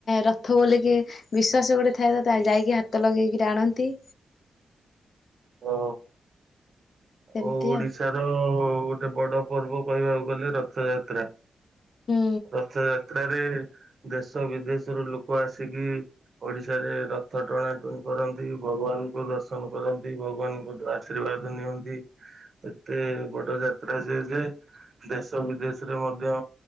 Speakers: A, on the left; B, on the right.
A: ରଥ ବୋଲିକି ବିଶ୍ଵାସ ଗୋଟେ ଥାଏ ତ ତାହା ଯାଇକି ହାତ ଲଗେଇକି ଟାଣନ୍ତି।
B: ହଁ।
A: ସେମିତି
B: ଓ ଓଡ଼ିଶାର
A: ଆଉ
B: ଗୋଟେ ବଡ଼ ପର୍ବ କହିବାକୁ ଗଲେ ରଥଯାତ୍ରା।
A: ହୁଁ
B: ରଥଯାତ୍ରାରେ ଦେଶ ବିଦେଶରୁ ଲୋକ ଆସିକି ଓଡ଼ିଶାରେ ରଥ ଟଣାଟୁଣି କରନ୍ତି ।ଭଗବାନଙ୍କୁ ଦର୍ଶନ କରନ୍ତି। ଭଗବାନଙ୍କୁ ଆଶୀର୍ବାଦ ନିଅନ୍ତି। ଏତେ ବଡ ଯାତ୍ରା ଯେ ଯେ ଦେଶ ବିଦେଶରେ ମଧ୍ୟ